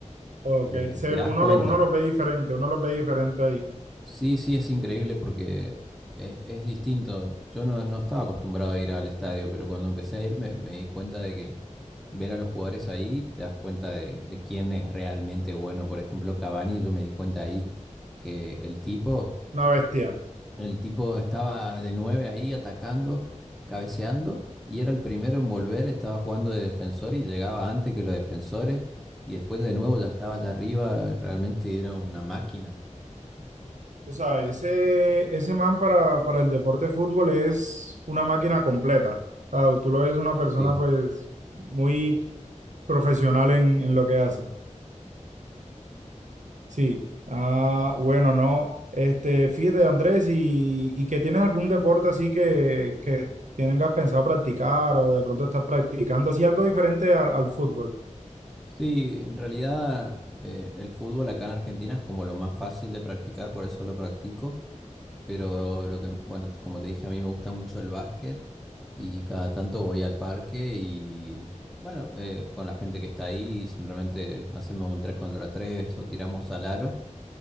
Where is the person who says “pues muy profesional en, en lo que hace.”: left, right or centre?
Right